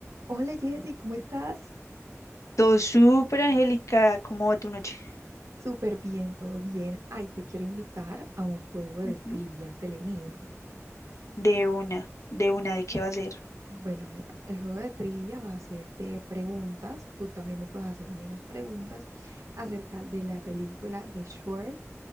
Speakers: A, on the right; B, on the left.
A: Hola Jessy, ¿cómo estás?
B: Todo súper Angélica, ¿cómo va tu noche?
A: Súper bien, todo bien. Ay, te quiero invitar a un juego de
B: Ujú.
A: trivia, Telemín.
B: De una, de una, ¿de qué va a ser?
A: Bueno, mira, el juego de trivia va a ser de preguntas. Tú también me puedes hacer a mí las preguntas acerca de la película de Shrek,